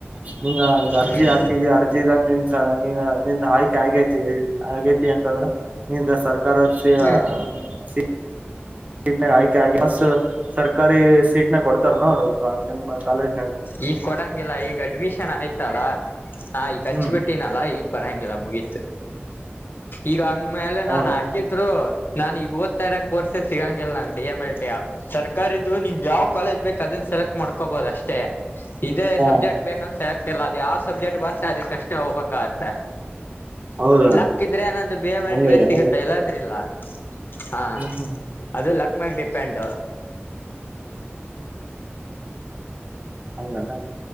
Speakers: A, on the right; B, on the left.
A: ನಿಂಗ ಈಗ ಅರ್ಜಿ
B: ಹ್ಮ್
A: ಹಾಕಿದಿ ಅರ್ಜಿ ಾಗ ನಿಮ ನಿಮ ಆಯ್ಕೆ ಆಗೇತಿ ಆಗೇತಿ ಅಂತಂದ್ರ ನಿಮ ಸರ್ಕಾರದ ಹ್ಮ
B: ಹ್ಮ್
A: ಸೀಟ್ ನಾಗ ಆಯ್ಕೆ ಆಗ ಬಸ್ ಸರ್ಕಾರಿ ಸೀಟ್ನಾಗ ಕೊಡ್ತಾರ ನೋ ಅವ್ರ ನಿಮ್ಮ ಕಾಲೇಜ್
B: ಈಗ ಕೊಡಂಗಿಲ್ಲ ಈಗ ಅಡ್ಮಿಷನ್ ಆಯ್ತಲ್ಲ ನಾ ಈಗ ಹಚ್
A: ಹ್ಮ್
B: ಬಿಿಟ್ಟನಲ್ಲಾ ಈಗ ಬರಂಗಿಲ್ಲ ಮುಗೀತ ಈಗ ಅಂಗ್ಮೇಲೆ
A: ಹೌದನಾ
B: ನಾನ್ಹಾಕಿದ್ರು ನಾನ್ ಇವತ್ತರ ಕೋರ್ಸಸ್ ಸಿಗಂಗಲ್ಲ ನಂಗಗೆ ಡಿ ಎಂ ಎಲ್ ಟ ಸರ್ಕಾರು ನಿಂಗ್ ಯಾವ ಕಾಲೇಜ್ ಬೇಕ ಅದನ್ ಸೆಲೆಕ್ಟ್ ಮಾಡ್ಕೊಬೋದು ಅಷ್ಟೇ ಇದೇ
A: ಹಾ
B: ಸಬ್ಜೆಕ್ಟ್ ಬೇಕನ್ಸ ಹಗ್ತಿಲ್ಲ ಅದು ಯಾವ್ ಸಬ್ಜೆಕ್ಟ್ ಬರ್ತಾ ಅದ ಕಷ್ಟ ಹೋಗ್ಬೇಕಾಗತ್ತೆ
A: ಹೌದಾ
B: ಲಕ್ಕಿದ್ರೆ ನನೊಂದು ಬಯ ಮೆಲ್ಟಿನೇ
A: ಹಂಗದನ
B: ಸಿಗುತ್ತಾ ಇಲ್ಲಾಂದ್ರ ಇಲ್ಲ ಹಾ
A: ಹ್ಮ್ ಹ್ಮ್
B: ಅದು ಲಕ್ ಮ್ಯಾಗ ಡಿಪೆಂಡ
A: ಹಂಗಡ